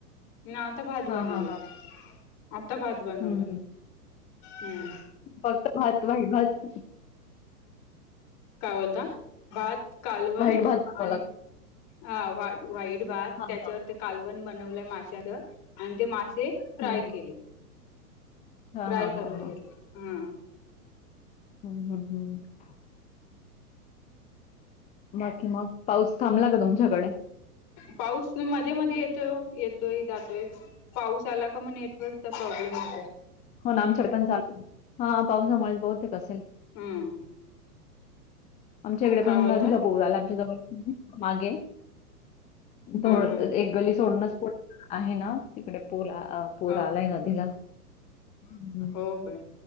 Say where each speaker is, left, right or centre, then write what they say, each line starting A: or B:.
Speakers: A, on the left (about 40°); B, on the left (about 15°).
A: आता भात
B: हां,
A: बनवला
B: हां, हां.
A: आता भात बनवला
B: हं, हं.
A: हम्.
B: फक्त भात वाई भात.
A: काय बोलता.. भात कालवण
B: व्हाईट भात बनवावा
A: आणि
B: लागतो.
A: हा वाईट भात
B: हां,
A: त्याच्यावर
B: हां.
A: ते. कालवण बनवलंय माशच आणि ते मासे फ्राय
B: हं, हं.
A: केले.
B: हां,
A: फ्राय
B: हां,
A: करून
B: हां, हां.
A: घेतला हा.
B: हम् हम हम्... बाकी मग? पाऊस थांबला का तुमच्याकडे?
A: पाऊस मध्ये मध्ये येतोय ओ. येतोय, जातोय. पाऊस आला का मग नेटवर्कचा प्रॉब्लेम होतो.
B: हो ना आमच्याकडे पण चालूय, हा पाऊसामुळेच बहुतेक असेल.
A: हम्म
B: आमच्या इकडे
A: काय
B: पण
A: बोलता
B: नदीला पूर आला <unintelligible> मागे <unintelligible>
A: हा हा
B: गल्ली सोडूनच <unintelligible> आहे ना तिकडे पर पूर
A: हा
B: आलाय नदीला. हम्म
A: हो काय?